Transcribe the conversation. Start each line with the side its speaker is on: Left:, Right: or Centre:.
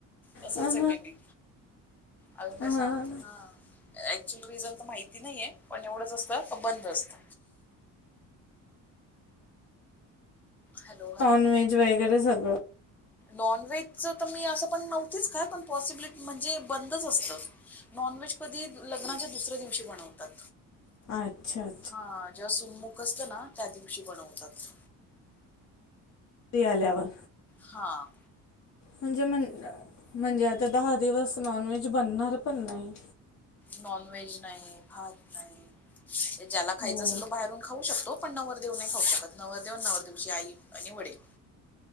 Centre: तसच
Left: हां
Centre: ये, मे बी, अजून काय सांगत,
Left: हां
Centre: हां. ऍक्च्युअल रिझन त माहिती नहीये, पण एवढंच असत, क् बंद असत. हॅलो
Left: नॉन व्हेज वगैरे, सगळं.
Centre: नॉन व्हेज च त मी, असं पण नव्हतीच खात, पण पॉसिबिलिटी, म्हणजे बंदच असतं. नॉनव्हेज कधी, लग्नाच्या दुसऱ्या दिवशी, बनवतात.
Left: अच्छा
Centre: हां, जेव्हा सुनमुख असतं ना, त्या दिवशी बनवतात.
Left: ती आल्यावर.
Centre: हां.
Left: म्हणजे मन, म्हणजे आता दहा दिवस नॉन व्हेज बनणार, पण नाही.
Centre: नॉन व्हेज नाही, भात नाही, ज्याला खायच
Left: हो
Centre: असेल, तो बाहेरून खाऊ शकतो. पण नवरदेव नाही खाऊ शकत, नवरदेव-नवरदेवची आई आणि वडील.